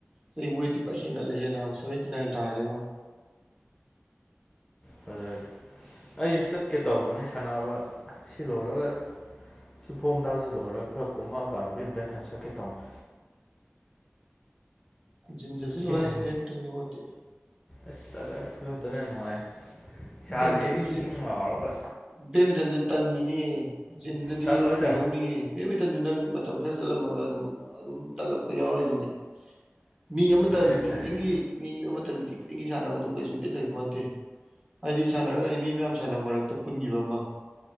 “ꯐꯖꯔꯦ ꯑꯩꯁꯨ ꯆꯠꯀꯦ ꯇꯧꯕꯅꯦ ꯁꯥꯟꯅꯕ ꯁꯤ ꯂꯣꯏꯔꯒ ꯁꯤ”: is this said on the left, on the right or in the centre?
Left